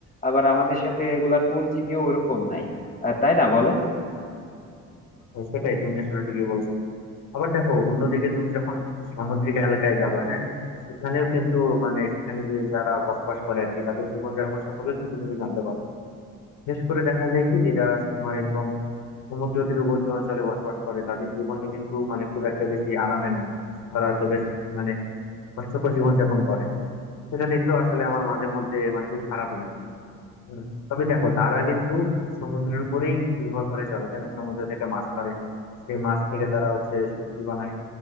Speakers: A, on the left; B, on the left.
A: আবার আমাদের সাথে এগুলার পরিচিতিও ওরকম নাই আহ, তাই না বলো
B: তো সেটাই তুমি আসলে ঠিকই বলছো আবার দেখো অন্যদিকে তুমি যখন সামুদ্রিক এলাকায় যাবা হ্যাঁ সেখানেও কিন্তু মানে সেখানে যে যারা বসবাস করে আর কি তাদের জীবনযাপন সম্পর্কে কিন্তু তুমি জানতে পারবে বিশেষ করে দেখা যায় কি যে যারা তোমার এরকম সমুদ্র তীরবর্তী অঞ্চলে বসবাস করে তাদের জীবনটা কিন্তু মানে খুব একটা বেশি আরামের না তারা তো বেশ মানে কষ্টকর জীবনযাপন করে সেটা দেখলেও আসলে আমার মাঝে মধ্যে মানে খুব খারাপ লাগে হুম। তবে দেখো তারা কিন্তু সমুদ্রের উপরেই নির্ভর করে চলে জানো সমুদ্র থেকে মাছ ধরে সেই মাছ থেকে তারা হচ্ছে সবজি বানায়